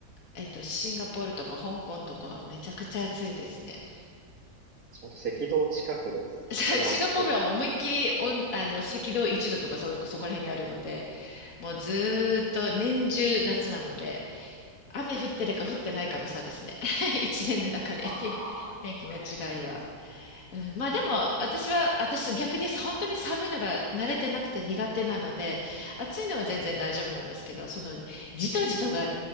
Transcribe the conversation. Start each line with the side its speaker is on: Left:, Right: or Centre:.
Left: えっと、シンガポールとか香港とかはめちゃくちゃ暑いですね。
Right: うんうん
Left: <laughs>
Right: 本当赤道近くです。
Left: さシンガポールは思いっきりおん、
Right: 本当に暑そうです
Left: あの、赤道1度とかそ、そこら辺にあるので、もうず
Right: ね。
Left: ーっと年中夏なので、雨降ってるか降ってないかの差ですね。
Right: ええ
Left: <laughs> 一年の中で天気、
Right: ああー、
Left: 天気の違いは。
Right: 大変ですね。
Left: うんまあでも、私は、私逆に本当に寒いのが慣れてなくて苦手なので、
Right: うん。
Left: 暑いのは全然大丈夫なんですけど、
Right: うん
Left: そのじとじとが、